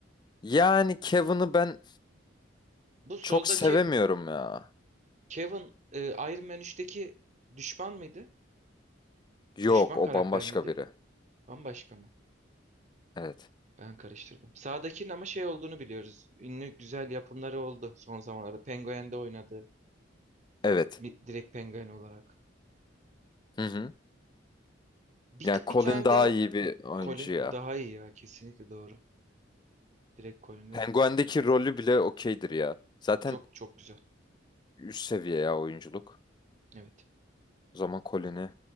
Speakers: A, on the left; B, on the right.
A: Yani Kevin'i ben
B: Bu soldaki
A: çok sevemiyorum ya.
B: Kevin e, Iron Man 3'teki düşman mıydı?
A: Yok
B: Düşman
A: o
B: karakter
A: bambaşka
B: miydi?
A: biri.
B: Bambaşka mı?
A: Evet.
B: Ben karıştırdım. Sağdakinin ama şey olduğunu biliyoruz. Ünlü güzel yapımları oldu son zamanlarda. Penguin'de oynadı.
A: Evet.
B: Mi- Direkt Penguin olarak.
A: Hı hı.
B: Bir,
A: Yani
B: bir
A: Colin
B: tane
A: daha
B: de
A: iyi bir oyuncu
B: Colin
A: ya.
B: daha iyi ya. Kesinlikle doğru. Direkt Colin'i
A: Penguin'deki rolü bile okeydir ya. Zaten
B: çok çok güzel.
A: üst seviye ya oyunculuk.
B: Evet.
A: O zaman Colin'i